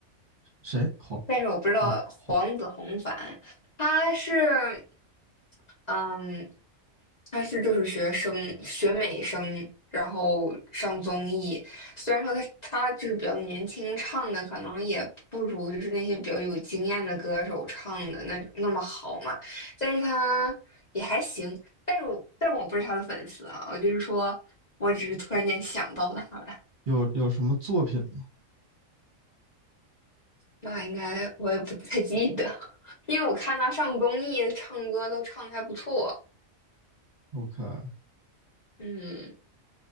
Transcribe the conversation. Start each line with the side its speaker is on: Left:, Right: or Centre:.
Right: 谁？黄
Left: 但是我不知道黄子弘凡他是。
Right: 黄黄
Left: 嗯，他是就是学生学美声，然后上综艺。虽然说他他就是比较年轻，唱的可能也不如就是那些比较有经验的歌手唱的那那么好嘛，但是他也还行。但是我但我不是他的粉丝啊，我就是说我只是突然间想到他了。
Right: 有有什么作品吗
Left: 那应该我也不太记得，<laughs> 因为我看他上综艺唱歌都唱的还不错。
Right: ？OK，
Left: 嗯，